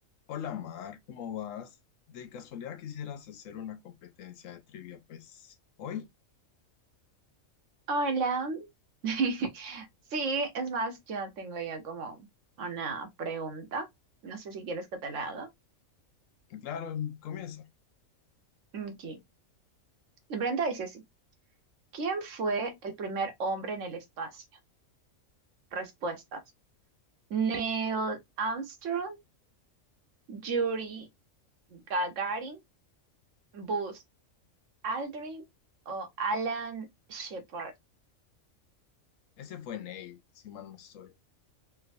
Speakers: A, on the left (about 75°); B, on the right (about 70°).
A: Hola Mar, ¿cómo vas? De casualidad quisieras hacer una competencia de trivia, pues hoy,
B: Hola. <laughs> Sí, es más, yo tengo ya como una pregunta. No sé si quieres que te la haga.
A: claro, comienza.
B: Ok. La pregunta dice así. ¿Quién fue el primer hombre en el espacio? Respuestas. Neil Armstrong, Yuri Gagarin, Buzz Aldrin o Alan Shepard.
A: Ese fue Neil, si mal no estoy.